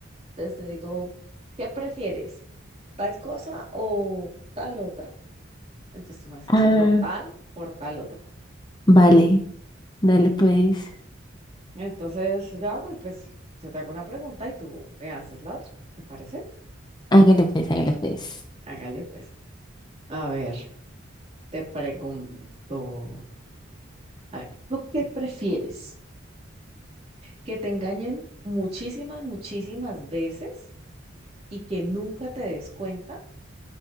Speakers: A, on the right; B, on the left.
A: Entonces te digo, ¿qué prefieres? ¿Tal cosa o tal otra? Entonces tú me vas a
B: Ah,
A: decir, no, tal por tal otra.
B: vale, dale pues,
A: Entonces yo hago y pues yo te hago una pregunta y tú me haces la otra. ¿Te parece?
B: hágale pues, hágale pues.
A: Hágale pues. A ver, te pregunto. A ver, ¿tú qué prefieres? ¿Que te engañen muchísimas, muchísimas veces y que nunca te des cuenta?